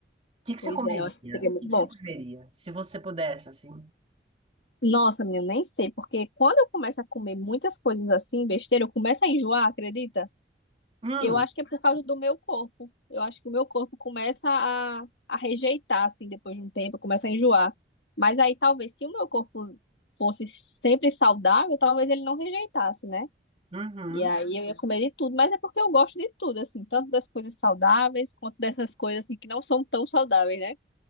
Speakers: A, on the right (about 35°); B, on the left (about 75°).
A: que que
B: Pois
A: você comeria?
B: é, eu acho que seria muito
A: O que que
B: bom.
A: você comeria? Se você pudesse, assim.
B: Nossa, menina, nem sei, porque quando eu começo a comer muitas coisas assim, besteira, eu começo a enjoar, acredita?
A: Hum,
B: Eu acho que é por causa do meu corpo. Eu acho que o meu corpo começa a, a rejeitar, assim, depois de um tempo, começa a enjoar. Mas aí talvez se o meu corpo fosse sempre saudável, talvez ele não rejeitasse, né?
A: uhum.
B: E aí eu ia comer de tudo, mas é porque eu gosto de tudo, assim, tanto das coisas saudáveis quanto dessas coisas assim que não são tão saudáveis, né?